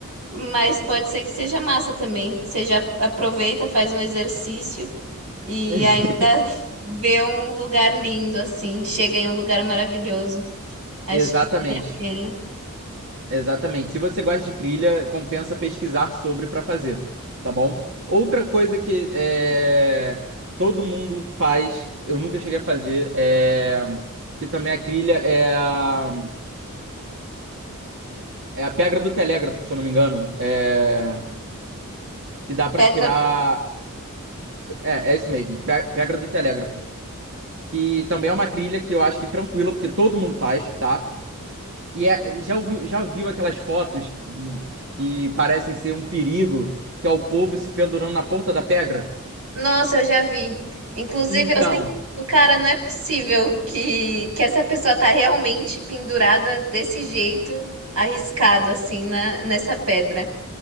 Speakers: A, on the right; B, on the right.
A: Mas pode ser que seja massa também. Você já aproveita, faz um exercício e
B: <laughs>
A: ainda <laughs> vê um lugar lindo assim. Chega em um lugar maravilhoso. Acho
B: exatamente.
A: que vale a pena.
B: Exatamente. Se você gosta de trilha, compensa pesquisar sobre para fazer, tá bom? Outra coisa que é, todo mundo faz, eu nunca cheguei a fazer, é, que também é trilha, é a... é a pedra do telégrafo, se eu não me engano, é, que dá para
A: Pedra.
B: tirar. É, é isso mesmo, pe- pedra do telégrafo. Que também é uma trilha que eu acho que tranquila, porque todo mundo faz, tá? E é- já ouviu, já viu aquelas fotos que parecem ser um perigo, que é o povo se pendurando na ponta da pedra?
A: Nossa, eu já vi. Inclusive,
B: Então,
A: eu sempre. O cara, não é possível que, que essa pessoa tá realmente pendurada desse jeito, arriscado assim na, nessa pedra.